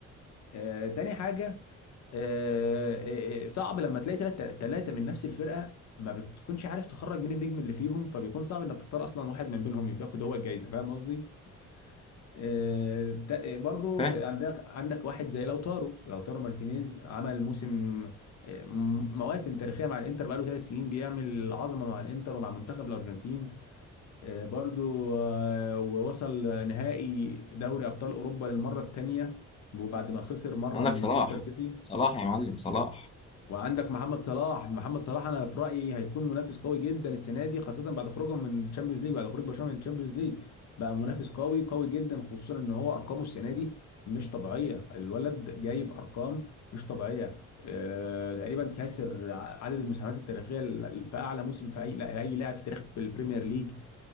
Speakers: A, on the left; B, on the left.
A: آه تاني حاجه آه، آه، آه، صعب لما تلاقي ثلاثة ثلاثة من نفس الفرقة ما بتكونش عارف تخرج مين النجم اللي فيهم فبيكون صعب انك تختار اصلا واحد من بينهم يكون ياخد هو الجايزة فاهم قصدي؟ آه، تا- برضو
B: فاهم
A: في- عندك عندك واحد زي لوتارو لوتارو مارتينيز عمل موسم آه، م- مواسم تاريخية مع الانتر بقاله ثلاث سنين بيعمل عظمة مع الانتر ومع منتخب الارجنتين آه، برضو آه، ووصل نهائي دوري ابطال اوروبا للمرة الثانية وبعد ما خسر مرة
B: عندك
A: من
B: صلاح
A: مانشستر سيتي
B: صلاح يا معلم صلاح
A: وعندك محمد صلاح محمد صلاح انا في رايي هيكون منافس قوي جدا السنه دي خاصه بعد خروجهم من تشامبيونز ليج بعد خروج برشلونه من تشامبيونز ليج بقى منافس قوي قوي جدا خصوصا ان هو ارقامه السنه دي مش طبيعيه الولد جايب ارقام مش طبيعيه آه، تقريبا كاسر ع- عدد المساهمات التاريخيه ل- في اعلى موسم في اي لا- اي لاعب في تاريخ البريمير ليج